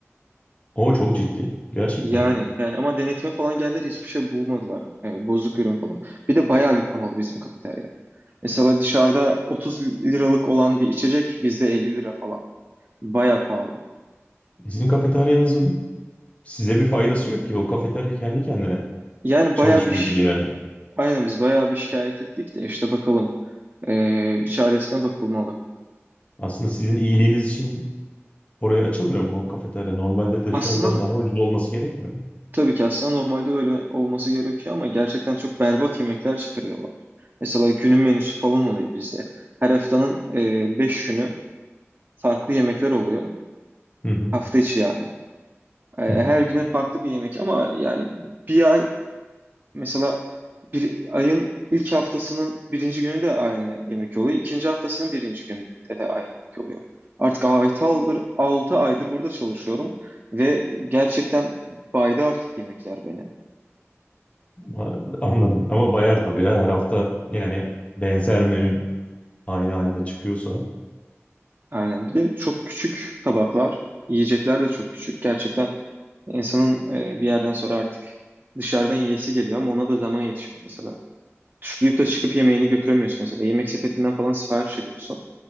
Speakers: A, on the left; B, on the right.
A: O çok ciddi. Gerçekten
B: Yani
A: mi?
B: yani ama denetime falan geldiler hiçbir şey bulmadılar. Ee, bozuk ürün falan. Bir de bayağı bir pahalı bizim kafeterya. Mesela dışarıda 30 liralık olan bir içecek bizde 50 lira falan. Bayağı pahalı.
A: Sizin kafeteryanızın size bir faydası yok ki. O kafeterya kendi kendine
B: Yani
A: çalışıyor
B: bayağı bir ş-
A: gibi yani.
B: aynen biz bayağı bir şikayet ettik de işte bakalım ee, bir çaresine bakılmalı.
A: Aslında sizin iyiliğiniz için oraya açılmıyor mu o kafeterya? Normalde dışarıdan
B: Aslında
A: daha ucuz olması gerekmiyor mu?
B: tabii ki aslında normalde öyle olması gerekiyor ama gerçekten çok berbat yemekler çıkarıyorlar. Mesela günün menüsü falan oluyor bizde. Her haftanın ee, 5 günü farklı yemekler oluyor.
A: Hı hı.
B: Hafta içi yani. E,
A: Hı hı.
B: her güne farklı bir yemek ama yani bir ay mesela bir ayın ilk haftasının birinci günü de aynı yemek oluyor. İkinci haftasının birinci gününde de aynı yemek oluyor. Artık altı aydır, 6 aydır burada çalışıyorum ve gerçekten baydı artık yemekler beni.
A: Ha, Anladım. Ama bayar tabii ya. Her hafta yani benzer menü aynı anda çıkıyorsa.
B: Aynen. Bir de çok küçük tabaklar, yiyecekler de çok küçük. Gerçekten insanın e, bir yerden sonra artık dışarıdan yiyesi geliyor ama ona da zaman yetişmiyor mesela. Çocukta çıkıp yemeğini götüremiyorsun mesela. Yemek sepetinden falan sipariş ediyorsun.